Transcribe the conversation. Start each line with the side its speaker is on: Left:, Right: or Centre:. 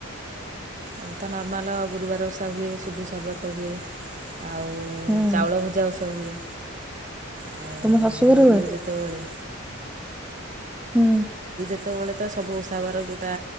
Right: ଆମେ ତ ନର୍ମାଲ ଗୁରୁବାର ଉଷା ହୁଏ, ଶୁଦୁଷା ବ୍ରତ ହୁଏ। ଆଉ
Centre: ହୁଁ
Right: ଚାଉଳ ଭଜା ଔଷ ହୁଏ। ଆଉ
Centre: ତମ ଶାଶୁ
Right: ହିନ୍ଦୁ
Centre: ଘରେ ହୁଏ?
Right: ଯେତେବେଳେ
Centre: ହୁଁ।
Right: ସେତେବେଳେ ତ ସବୁ ଉଷାବାର ଯଉଁଟା